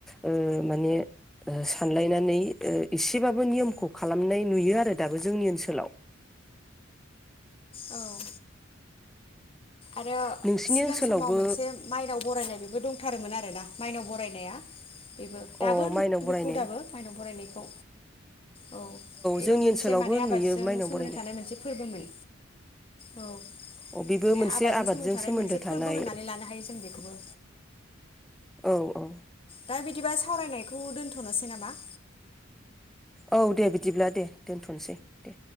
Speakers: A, in the centre; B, on the left.
A: ओ माने ओ सानलायनानै ओ एसेबाबो नियमखौ खालामनाय नुयो आरो दाबो जोंनि ओनसोलाव।
B: औ आरो
A: नोंसिनि
B: सिगां
A: ओनसोलावबो
B: समाव मोनसे माइनाव बरायनाय बेबो दंथारोमोन आरोना माइनाव बर बेबो दाबो
A: अ
B: <unintelligible>
A: माइनाव बरायनाय
B: बेखौ दाबो माइनाव बरायनाय खौ औ बेबो
A: जोंनि
B: मोनसे
A: ओनसोलावबो
B: माने आबादजों
A: नुयो माइनाव
B: सोमोन्दो
A: बरायनाय
B: थानाय मोनसे फोरबोमोन औ
A: अ बेबो
B: माने
A: मोनसे
B: आबादों
A: आबादजों
B: सोमोन्दो थानाय मोनसे
A: थानाय
B: फोरबो होननानै लानो हायो जों बेख खौबो
A: औ औ।
B: दा बिदिबा सावरायनायखौ दोन्थ'नोसै नामा?
A: औ दे बिदिब्ला दे। दोन्थ'सै दे।